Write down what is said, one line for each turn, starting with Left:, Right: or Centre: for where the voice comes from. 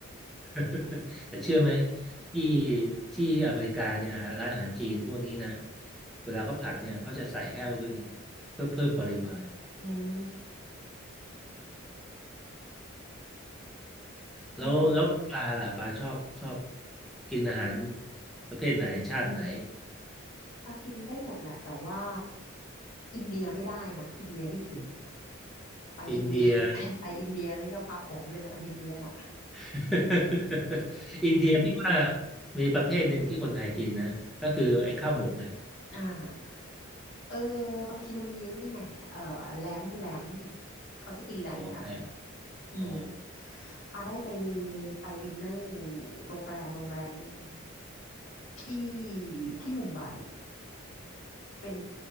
Centre: <laughs> แต่เชื่อไหมที่ที่อเมริกาเนี่ยอ่ะร้านอาหารจีนพวกนี้นะเวลาเขาผัดเนี่ยเขาจะใส่แห้วด้วยนะเพื่อเพิ่มปริมาณ
Left: อืมอืม
Centre: แล้วแล้วปลาล่ะปลาชอบชอบ
Left: อืม
Centre: กินอาหารประเภทไหนชาติไหน
Left: ปลากินได้หมดแหละแต่ว่าอินเดียไม่ได้นะอินเดียไม่กินไปอินเดีย
Centre: อินเดีย
Left: <laughs> ไปไปอินเดียนี่ก็ปลาผอมเลยนะไปอินเดียน่ะ
Centre: <laughs> อินเดียพี่ว่ามีประเภทหนึ่งที่คนไทยกินนะก็คือไอ้ข้าวหมกไง
Left: อ่า เออบางทีมันมีนี่ไงเออแหลมแหลมเขาจะกินแหลมกัน
Centre: อ๋อนะ
Left: อืม
Centre: อ๋อ
Left: ปาได้ไปไปดินเนอร์อยู่โรงแรมโรงแรมหนึ่งที่ที่มุมไบเป็น